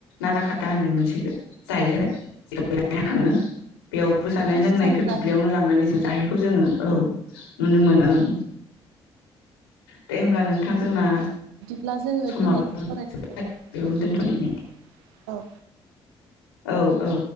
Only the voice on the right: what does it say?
खासि
जांख्रा
होनब्ला जोङो
दिनैनि सावरायनायखौ
दोनथसै
औ।